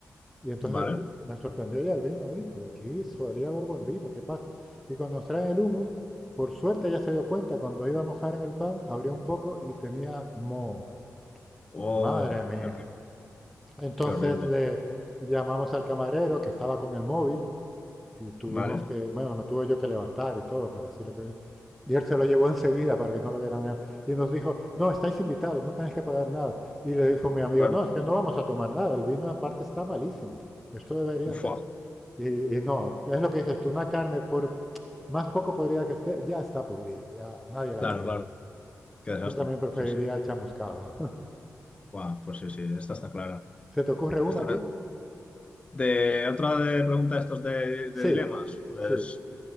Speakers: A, in the centre; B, on the left.
A: Y entonces,
B: vale.
A: uf, me sorprendió ya el vino. Uy, pues aquí solía haber buen vino, qué pasa. Y cuando nos traen el humus, por suerte ya se dio cuenta, cuando iba a mojar en el pan, abrió un poco y tenía moho.
B: Oh,
A: Madre mía.
B: qué horrible,
A: Entonces
B: qué horrible.
A: le llamamos al camarero que estaba con el móvil y tuvimos
B: Vale.
A: que, bueno, me tuve yo que levantar y todo para decirle que venía. Y él se lo llevó enseguida para que no lo vieran. nada. Y nos dijo, no, estáis invitados, no tenéis que pagar nada. Y le dijo mi amigo,
B: Bueno,
A: no, es que no vamos a tomar nada, el vino aparte está malísimo. Esto debería
B: fua.
A: ser... Y, y no, es lo que dices tú, una carne por más poco podrida que esté, ya está podrida, ya nadie la
B: Claro,
A: quiere.
B: claro. Qué desastre.
A: Yo también preferiría
B: Sí, sí.
A: el chamuscado. <laughs>
B: Buah, pues sí, sí, esta está clara.
A: ¿Se te ocurre una
B: Esta,
A: a ti?
B: De otra de pregunta estos de, de
A: Sí,
B: dilemas, pues
A: sí,